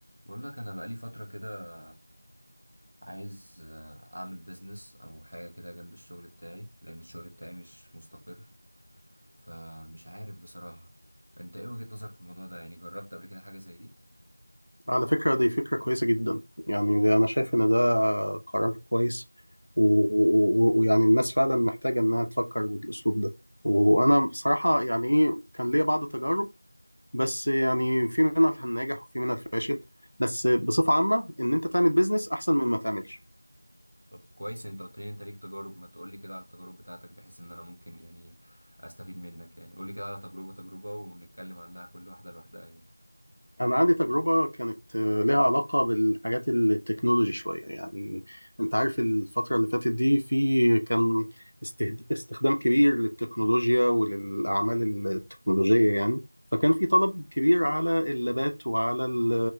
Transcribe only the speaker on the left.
على فكرة دي فكرة كويسة جدا يعني ده أنا شايف إن ده قرار كويس و- و- و- ويعني الناس فعلا محتاجة إنها تفكر بالأسلوب ده وأنا بصراحة يعني إيه كان ليا بعض تجارب بس يعني في منها الناجح وفي منها الفاشل بس بصفة عامة إن أنت تعمل بيزنس أحسن من ما تعملش
أنا عندي تجربة كانت آه، لها علاقة بالحاجات التكنولوجي شوية يعني أنت عارف الفترة اللي فاتت دي في كان استهد- استخدام كبير للتكنولوجيا وللأعمال التكنولوجية يعني فكان في طلب كبير على اللابات وعلى ال-